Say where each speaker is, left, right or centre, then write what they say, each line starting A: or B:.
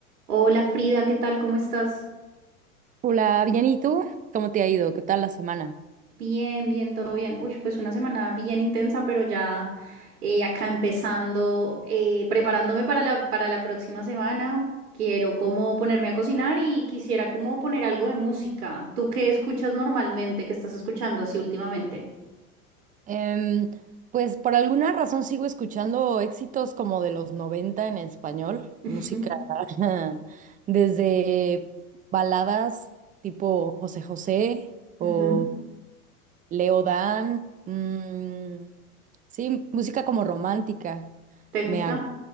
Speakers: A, on the right; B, on the right.
A: Hola Frida, ¿qué tal? ¿Cómo estás?
B: Hola, bien, ¿y tú? ¿Cómo te ha ido? ¿Qué tal la semana?
A: Bien, bien, todo bien. Uy, pues una semana bien intensa, pero ya eh, acá empezando, eh, preparándome para la, para la próxima semana. Quiero como ponerme a cocinar y quisiera como poner algo de música. ¿Tú qué escuchas normalmente? ¿Qué estás escuchando así últimamente?
B: Em, pues por alguna razón sigo escuchando éxitos como de los 90 en español,
A: <laughs>
B: música
A: Ujú,
B: <laughs> desde baladas tipo José José o
A: ujú.
B: Leo Dan, mm, sí, música como romántica.
A: ¿Te
B: Me,
A: gusta?
B: ag-